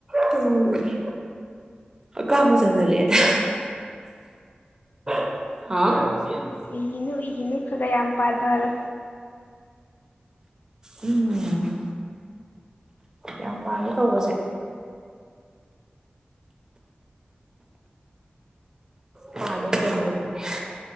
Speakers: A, on the right (about 20°); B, on the left (about 65°).
A: ꯇꯧꯔꯝꯕꯅꯦ ꯍꯥꯀꯥꯝꯕꯨ ꯆꯟꯖꯜ ꯂꯛꯑꯦꯗ꯫ <inaudible> ꯍꯥ <inaudible>
B: ꯎꯏꯒꯤꯅꯨ ꯎꯏꯒꯤꯅꯨ ꯈꯥ ꯈꯥ ꯌꯥꯝ ꯄꯥꯊꯔꯣ
A: ꯎꯝ ꯌꯥꯝ ꯄꯥꯒꯦ ꯇꯧꯕꯁꯦ ꯄꯥꯕ ꯂꯣꯢꯗꯧꯔꯕꯅꯦ